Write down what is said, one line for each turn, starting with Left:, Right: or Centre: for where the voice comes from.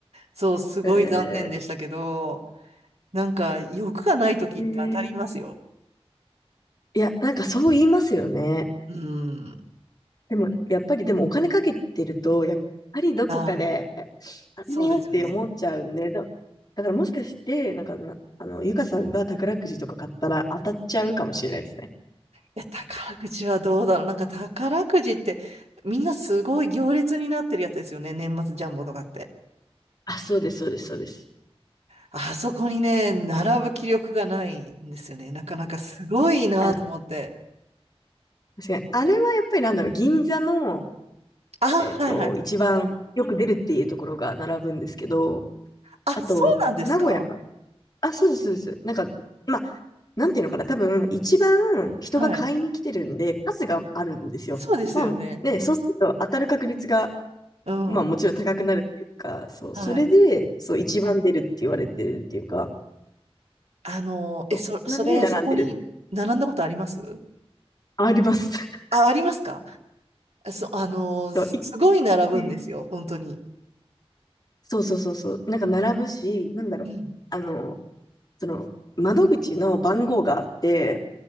Right: そう、すごい残念でしたけど、
Left: え
Right: なんか欲がない時って当たりますよ。
Left: ーえーいや、なんかそう言いますよね。
Right: うん。
Left: でも、やっぱり、でもお金かけてると、やっぱりどこかで、
Right: ああ、
Left: あれねって思っちゃうんで、
Right: そうですよね。
Left: だだからもしかして、なんかな、あの、ゆかさんが宝くじとか買ったら当たっちゃうかもしれないですね。
Right: いや、宝くじはどうだろう。なんか宝くじって、みんなすごい行列になってるやつですよね。年末ジャンボとかって。
Left: あ、そうです、そうです、そうです。
Right: あそこにね、並ぶ気力がないんですよね。なかなかすごいなと思って。
Left: あの、確かに。あれはやっぱりなんだろう、銀座の、
Right: あ、はいはい。
Left: えっと、一番よく出るっていうところが並ぶんですけど、
Right: あ、
Left: あと、
Right: そうなんですか。
Left: 名古屋あ、そうです、そうです。なんか、まあ、なんていうのかな、多分、一番人が買いに来てるんで、
Right: はい。
Left: 数があるんですよ。
Right: そうですよね。
Left: まあ、ね、そうすると当たる確率が、
Right: うん。
Left: まあ、もちろん高くなるっていうか、そう、
Right: はい。
Left: それで、そう、一番出るって言われてるっていうか、
Right: あの、え、
Left: そうなんで並んでる。
Right: そ、それ、そこに並んだことあります
Left: <laughs> あります。<laughs>
Right: あ、ありますかあそ、あの、
Left: そう、
Right: すすごい並ぶんですよ。
Left: いうん
Right: 本当に。
Left: そうそうそうそう、なんか並ぶし、なんだろう、
Right: うん。
Left: あの、その、窓口の番号があって、